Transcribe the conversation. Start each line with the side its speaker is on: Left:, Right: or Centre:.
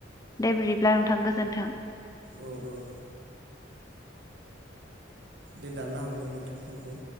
Left: दे बिदिब्ला थां गोजोनथों
Right: औ औ दे दानना हरनाय नोंथां फनखौ